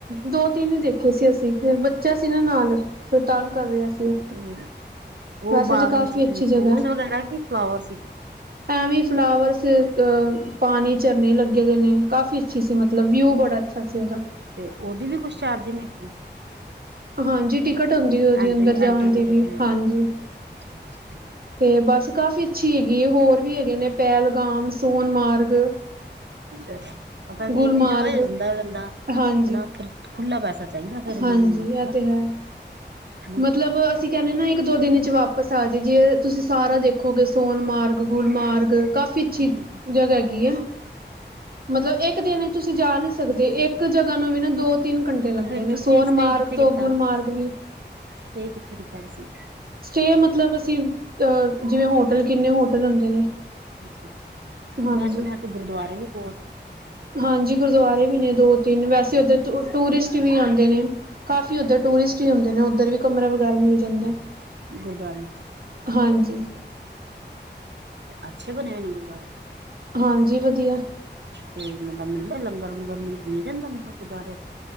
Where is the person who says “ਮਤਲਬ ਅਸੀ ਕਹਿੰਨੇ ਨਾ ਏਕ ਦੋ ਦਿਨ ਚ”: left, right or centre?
Right